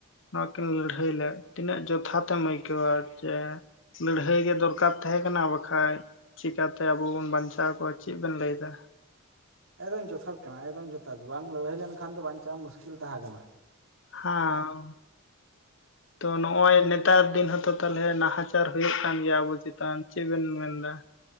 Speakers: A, on the left; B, on the right.
A: ᱱᱚᱣᱟ ᱠᱤᱱ ᱞᱟᱹᱲᱦᱟᱹᱭ ᱞᱮᱫ ᱛᱤᱱᱟᱹᱜ ᱡᱚᱛᱷᱟᱛ ᱮᱢ ᱟᱹᱭᱠᱟᱹᱣᱟ ᱡᱮ ᱞᱟᱹᱲᱦᱟᱹᱭ ᱜᱮ ᱫᱚᱨᱠᱟᱨ ᱛᱟᱦᱮᱸ ᱠᱟᱱᱟ ᱵᱟᱠᱷᱟᱡ ᱪᱤᱟᱹᱛᱮ ᱟᱵᱚ ᱵᱚᱱ ᱵᱟᱧᱪᱟᱣ ᱠᱚ-ᱟ ᱪᱮᱫ ᱵᱮᱱ ᱞᱟᱹᱭᱫᱟ ᱾
B: ᱮᱠᱫᱚᱢ ᱡᱚᱛᱷᱟᱛ ᱠᱟᱱᱟ ᱮᱠᱫᱚᱢ ᱡᱚᱛᱷᱟᱛ ᱵᱟᱝ ᱞᱟᱹᱲᱦᱟᱹᱭ ᱞᱮᱱᱠᱷᱟᱱ ᱫᱚ ᱵᱟᱧᱪᱟᱣ ᱢᱩᱥᱠᱤᱞ ᱛᱟᱦᱮᱸ ᱠᱟᱱᱟ ᱾
A: ᱦᱟᱸ ᱛᱚ ᱱᱚᱜᱼᱚᱭ ᱾ ᱱᱮᱛᱟᱨ ᱫᱤᱱ ᱦᱛᱚ ᱛᱟᱦᱚᱞᱮ ᱱᱟᱦᱟᱪᱟᱨ ᱦᱩᱭᱩᱜ ᱠᱟᱱ ᱜᱮᱭᱟ ᱟᱵᱚ ᱪᱮᱛᱟᱱ ᱾ᱪᱮᱫ ᱵᱮᱱ ᱢᱮᱱᱫᱟ?